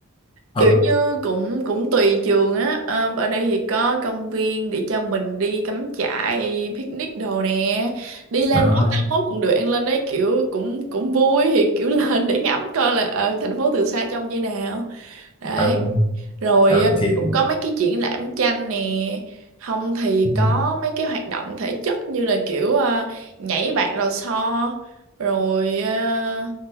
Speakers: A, on the left; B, on the right.
A: Ừ,
B: kiểu như cũng cũng tùy trường á Ờ, ở đây thì có công viên để cho mình đi cắm trại picnic đồ nè đi lên
A: đó.
B: mốt tám mốt cũng được ăn lên đấy kiểu cũng cũng vui thì kiểu <laughs> lên để ngắm coi là ở thành phố từ xa trông như nào đấy
A: Ừ.
B: rồi
A: ừ,
B: ờ,
A: thì
B: cũng có mấy cái triển lãm tranh nè không thì
A: ừ,
B: có mấy cái hoạt động thể chất như là kiểu ờ, nhảy bạt lò xo rồi ờ,